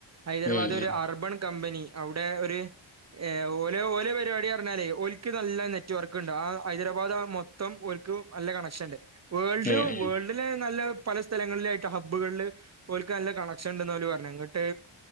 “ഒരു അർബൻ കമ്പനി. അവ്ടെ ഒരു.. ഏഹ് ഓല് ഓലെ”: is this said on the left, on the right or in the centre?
Right